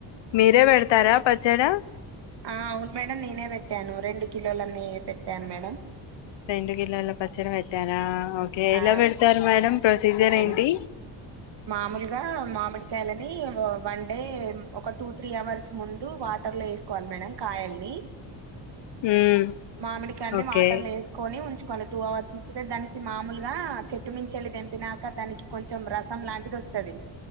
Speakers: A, on the left (about 65°); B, on the right (about 55°).
A: మీరే పెడతారా పచ్చడా
B: ఆ అవును మేడం నేనే పెట్టాను రెండు కిలోలన్నీ పెట్టాను మేడం
A: రెండు గిన్నెల పచ్చర పెట్టారా ఓకే
B: ఆ
A: ఎలా పెడతారు మేడం ప్రొసీజర్
B: మేడం
A: ఏంటి
B: మామూలుగా మామిడికాయలనీ వన్ డే ఒక టూ త్రీ అవర్స్ ముందు వాటర్లో వేసుకోవాలి మేడం కాయల్ని
A: మ్మ్
B: మామిడికాన్ని
A: ఓకే
B: వాటర్లో వేసుకొని ఉంచు కొళ టూ అవర్స్ నుంచి దానికి మామూలుగా చెట్టు మించళ్లి దింపినా క దానికి కొంచెం రసం లాంటిది వొస్ తవి